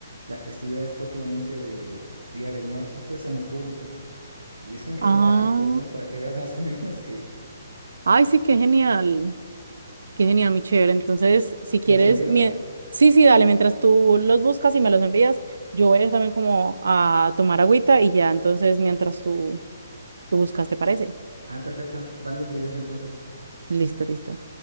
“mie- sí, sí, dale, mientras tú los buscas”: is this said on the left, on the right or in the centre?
Right